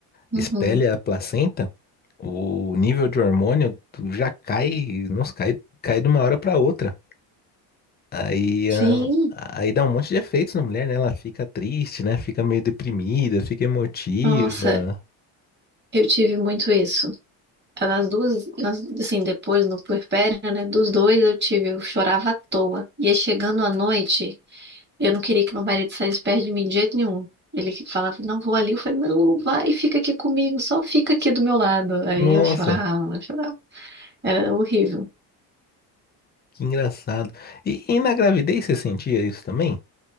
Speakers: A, on the right (about 25°); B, on the left (about 25°).
A: Uhum.
B: espelha a placenta, o nível de hormônio já cai, nossa, cai, cai de uma hora para outra. Aí,
A: Sim,
B: ah, aí dá um monte de efeitos na mulher, né? Ela fica triste, né? Fica meio deprimida, fica emotiva.
A: nossa, eu tive muito isso. Nas duas, nas- assim, depois no puerpério, né, dos dois eu tive, eu chorava à toa. Ia chegando à noite, eu não queria que meu marido saísse perto de mim de jeito nenhum. Ele falava, não vou ali, eu falei, não, não vai, fica aqui comigo, só fica aqui do meu lado. Aí
B: Nossa,
A: eu chorava, chorava. Era horrível.
B: que engraçado. E, e na gravidez você sentia isso também?